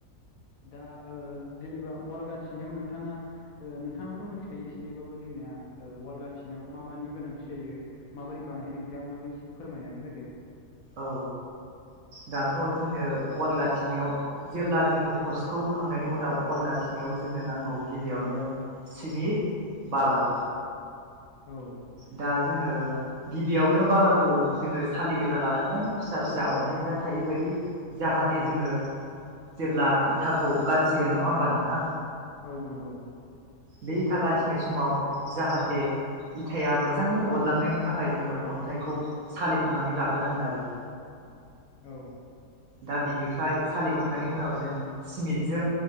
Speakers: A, on the left; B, on the right.
A: दा ओ जेनेबा ववाल गाथिनायाव नोंथाङा ओ नोंथाङाबोथ' मोनथिखायो एसेनैबाबो जोंनिया ओ वाल गाथिनायाव मा मानि गोनांथि जायो माबोरै बानायो नोंथांआबो माबे एसे फोरमायनानै होदो
B: औ दाथ' जोंङो वाल गाथिनायाव जेब्ला जोङो पस्टखौ होखांनायनि उनाव वाल गाथिनायाव जोंनो नांगौ गिबियावनो सिमित बाला
A: औ
B: दा जोङो गिबियावनो बाला खौ जोङो सालिगोना लानांगोन फिसा फिसा अन्थाइफोरा थायै बायदि जाहाथे
A: औ
B: जोङो जेब्ला इथाखौ गाथिगोन नङा होमबा नोंथां
A: औ नंगौ।
B: बे इथा गाथिनाय समाव जाहाथे इथायआ मोजाङै अरलांनायनि थाखाय जोङो अन्थाइखौ सालिख'नानै लाग्रोनांगोन आरो
A: औ
B: दा बिनिफ्राय सालिखांनायनि उनाव जों सिमिथजों